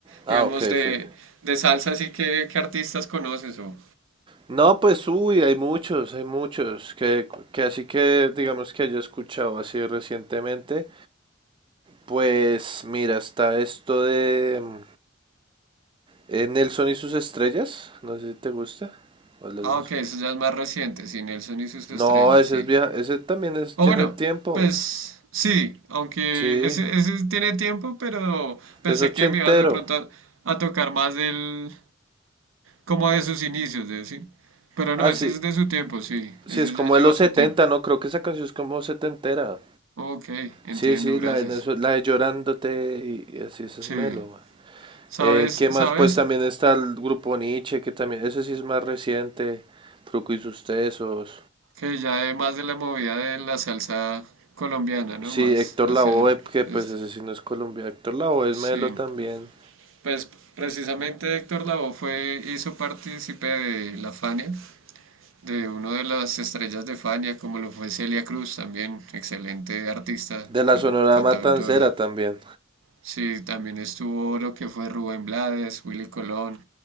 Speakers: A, on the right (about 25°); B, on the right (about 85°).
A: Ah,
B: Digamos,
A: ok,
B: de,
A: sí.
B: de salsa, así que, ¿qué artistas conoces? O,
A: No, pues uy, hay muchos, hay muchos, que, que así que digamos que haya escuchado así recientemente, pues mira, está esto de mm, eh, Nelson y sus estrellas, no sé si te gusta. ¿O lo
B: ah,
A: has escu-
B: ok, eso ya es más reciente, sí, Nelson y sus
A: No,
B: estrellas,
A: ese
B: sí.
A: es vieja, ese también es, tiene
B: O bueno,
A: tiempo,
B: pues sí, aunque
A: sí,
B: ese, ese tiene tiempo, pero pensé
A: pues ochentero.
B: que me ibas de pronto a, a tocar más del, como de sus inicios, de sí. Pero no,
A: Ah,
B: ese
A: sí,
B: es de su tiempo, sí,
A: sí,
B: ese
A: es como
B: ya lleva
A: de los
B: su
A: 70,
B: tiempo.
A: no, creo que esa canción es como setentera.
B: Ok, entiendo,
A: Sí, sí,
B: gracias.
A: la de, Nelson- la de Llorándote y, y así, esa
B: Sí,
A: es Melo,
B: sabes,
A: Eh, ¿qué
B: sabes
A: más? Pues también está el grupo Nietzsche, que también, ese sí es más reciente, Fruco y sus tesos.
B: que ya es más de la movida de la salsa colombiana, ¿no?
A: Sí,
B: Más
A: Héctor
B: hacia
A: Lavoe, que pues
B: este.
A: ese sí no es Colombia, Héctor Lavoe es
B: Sí,
A: Melo también.
B: no. pues precisamente Héctor Lavoe fue, hizo partícipe de la Fania de una de las estrellas de Fania, como lo fue Celia Cruz, también excelente artista,
A: De la
B: can-
A: Sonora
B: cantautora.
A: Matancera también.
B: Sí, también estuvo lo que fue Rubén Blades, Willy Colón,